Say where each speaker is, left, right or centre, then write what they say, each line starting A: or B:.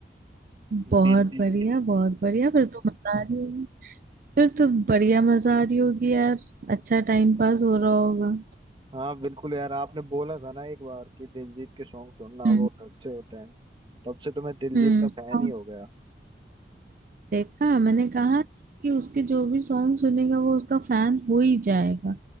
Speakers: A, on the right; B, on the right.
A: बहुत
B: दिलजीत
A: बढ़िया
B: के
A: बहुत बढ़िया फिर तो मजा आ रही होगी फिर तो बढ़िया मजा आ रही होगी यार अच्छा टाइम पास हो रहा होगा
B: हाँ बिल्कुल यार आपने बोला था ना एक बार कि दिलजीत के सॉन्ग सुनना
A: हम्म
B: बहुत अच्छे होते हैं तब से तो मैं दिलजीत
A: हम्म
B: का फैन
A: और
B: ही हो गया
A: देखा मैंने कहा कि उसके जो भी सॉन्ग सुनेगा वो उसका फैन हो ही जाएगा